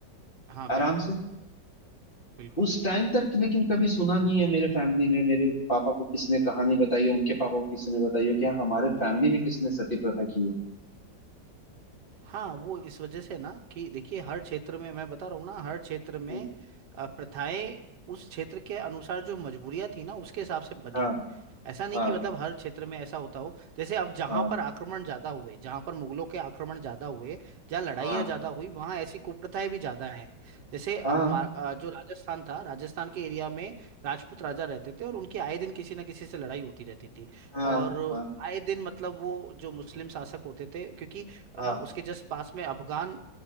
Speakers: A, on the right; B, on the left.
A: हाँ बिल्कुल
B: आराम
A: बिल्कुल
B: उस टाइम तक लेकिन कभी सुना नहीं है मेरे फैमिली में मेरे पापा को किसने कहानी बताई है उनके पापा को किसने बताई है कि हाँ, हमारे फैमिली में किसने सती प्रथा की है
A: हाँ वो इस वजह से ना कि देखिए हर क्षेत्र में मैं बता रहा हूँ ना हर क्षेत्र में
B: हम्म,
A: अ, प्रथाएं उस क्षेत्र के अनुसार जो मजबूरियां थी ना उसके हिसाब से बनी
B: हाँ
A: ऐसा नहीं
B: हाँ
A: कि मतलब हर क्षेत्र में ऐसा होता हो जैसे अब जहां
B: हाँ
A: पर आक्रमण ज्यादा हुए जहां पर मुगलों के आक्रमण ज्यादा हुए जहां लड़ाइयाँ
B: हाँ
A: ज्यादा हुई वहां ऐसी कुप्रथाएं भी ज्यादा हैं जैसे अब
B: हाँ
A: हमारा जो राजस्थान था राजस्थान के एरिया में राजपूत राजा रहते थे और उनकी आए दिन किसी ना किसी से लड़ाई होती रहती थी
B: हाँ
A: और
B: हाँ
A: आए दिन मतलब वो जो मुस्लिम शासक होते थे क्योंकि अ,
B: हाँ
A: उसके जस्ट पास में अफगान